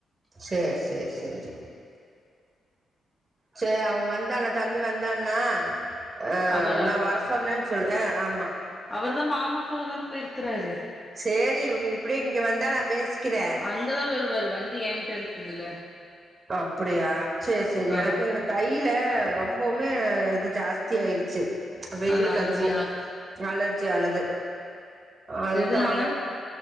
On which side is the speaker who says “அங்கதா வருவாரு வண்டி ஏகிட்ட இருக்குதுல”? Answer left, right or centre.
Left